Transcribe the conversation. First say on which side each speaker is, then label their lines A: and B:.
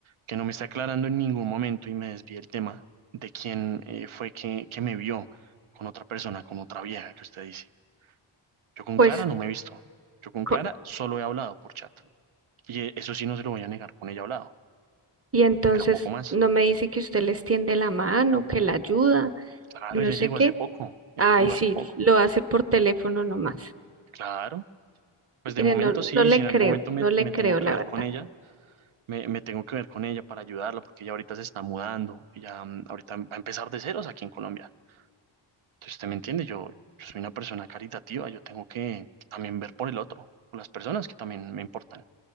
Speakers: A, on the right (about 70°); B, on the right (about 30°).
A: que no me está aclarando en ningún momento y me desvía el tema de quién eh, fue que, que me vio con otra persona, con otra vieja que usted dice. Yo con
B: Pues,
A: Clara no me he visto. Yo con Clara
B: co-
A: solo he hablado por chat. Y eh, eso sí no se lo voy a negar, con ella he hablado,
B: y entonces
A: pero poco más.
B: no me dice que usted le extiende la mano, que la ayuda,
A: Claro,
B: y no
A: ella
B: sé
A: llegó
B: qué.
A: hace poco. Ella
B: Ay,
A: llegó
B: sí,
A: hace poco.
B: lo hace por teléfono nomás.
A: Claro. Pues
B: Mire,
A: de momento
B: no,
A: sí,
B: no le
A: si en
B: creo,
A: algún momento me,
B: no le
A: me
B: creo,
A: tengo que
B: la
A: ver
B: verdad.
A: con ella, me, me tengo que ver con ella para ayudarla, porque ella ahorita se está mudando, ella mm, ahorita va a empezar de ceros aquí en Colombia. Entonces, usted me entiende, yo, yo soy una persona caritativa, yo tengo que también ver por el otro, por las personas que también me importan.